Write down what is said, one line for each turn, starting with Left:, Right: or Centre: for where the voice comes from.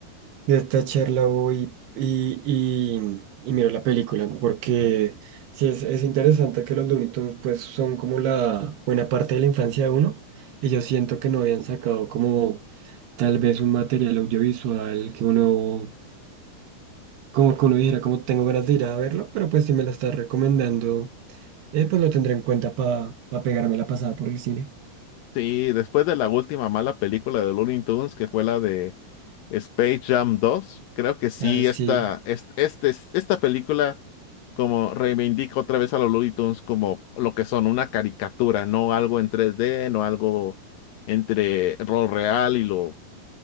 Right: de esta charla hoy y, y, y miro la película, ¿no? porque sí es, es interesante que los Looney Tunes, pues son como la buena parte de la infancia de uno, y yo siento que no habían sacado como tal vez un material audiovisual que uno, como que uno dijera, como tengo ganas de ir a verlo, pero pues si me la estás recomendando, eh, pues lo tendré en cuenta para pegarme la pasada por el cine.
Left: Sí, después de la última mala película de Looney Tunes, que fue la de Space Jam dos creo que sí,
Right: Ah, sí,
Left: esta, est- este, esta película como reivindica otra vez a los Looney Tunes como lo que son, una caricatura, no algo en 3D, no algo entre lo real y lo,